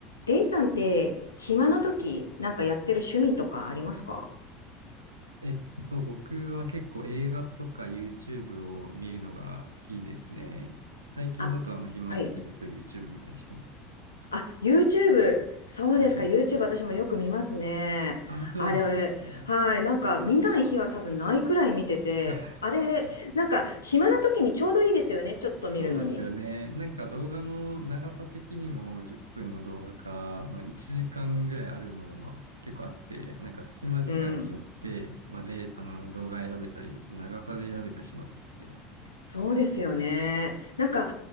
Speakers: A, on the left (about 80°); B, on the right (about 85°).
A: レイさんって、暇な時、なんかやってる趣味とかありますか
B: えっと、僕は結構映画とか YouTube を見るのが好きですね。最近だとあの暇の時ずっと
A: あ、はい。
B: YouTube 見たりしてます。
A: あ、YouTube。そうですか。
B: はい。
A: YouTube 私もよく見ますね。
B: ああ、そうなんですね。
A: あれ、はい。なんか見ない日は多分ないくらい見てて、
B: <laughs>
A: あれ、なんか暇な時にちょうどいいですよね。ちょっと見るのに。
B: そうですよね。なんか動画の長さ的にも10分の動画から、まあ、1時間ぐらいあるものも結構あって、なんか隙間時間によって、
A: うん。
B: まあ、で、あの動画選べたり、長さで選べたりしますもんね。
A: そうですよね。なんか、